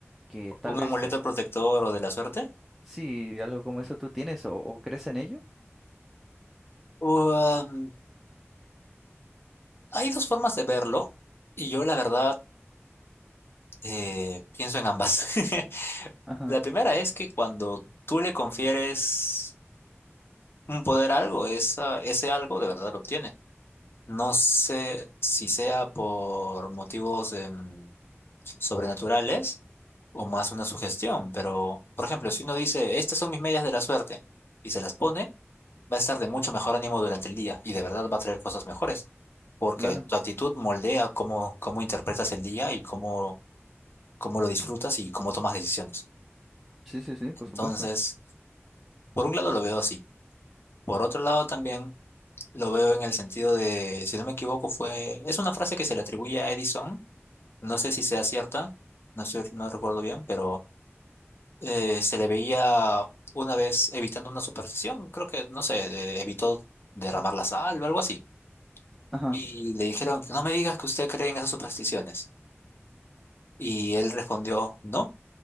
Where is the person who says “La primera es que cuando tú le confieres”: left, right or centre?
Left